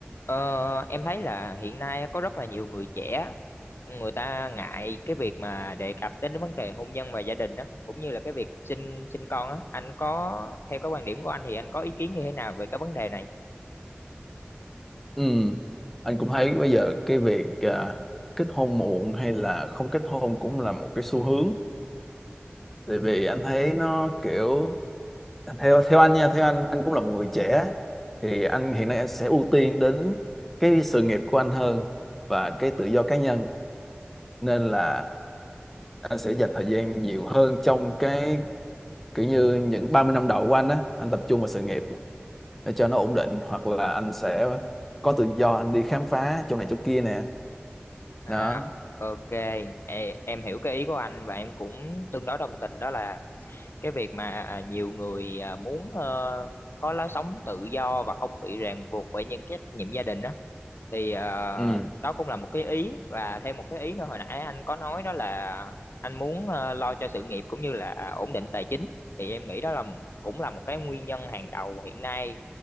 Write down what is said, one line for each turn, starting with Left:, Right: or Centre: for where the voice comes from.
Left: Ờ, em thấy là hiện nay có rất là nhiều người trẻ người ta ngại cái việc mà đề cập đến vấn đề hôn nhân và gia đình đó cũng như là cái việc sinh sinh con á anh có theo cái quan điểm của anh thì anh có ý kiến như thế nào về cái vấn đề này
Centre: Ừ, anh cũng thấy bây giờ cái việc à, kết hôn muộn hay là không kết hôn cũng là một cái xu hướng. Tại vì anh thấy nó kiểu theo theo anh nha, theo anh anh cũng là một người trẻ thì anh hiện nay anh sẽ ưu tiên đến cái sự nghiệp của anh hơn và cái tự do cá nhân nên là anh sẽ dành thời gian nhiều hơn trong cái kiểu như những 30 năm đầu của anh á, anh tập trung vào sự nghiệp để cho nó ổn định hoặc là anh sẽ có tự do anh đi khám phá chỗ này chỗ kia nè.
Left: à
Centre: Đó.
Left: ok Ê, em hiểu cái ý của anh và em cũng tương đối đồng tình đó là cái việc mà à, nhiều người à, muốn ờ, có lối sống tự do và không bị ràng buộc bởi những cái trách nhiệm gia đình đó thì ờ,
Centre: Ừ.
Left: đó cũng là một cái ý và thêm một cái ý nữa hồi nãy anh có nói đó là anh muốn ờ, lo cho sự nghiệp cũng như là à, ổn định tài chính thì em nghĩ đó là cũng là một cái nguyên nhân hàng đầu hiện nay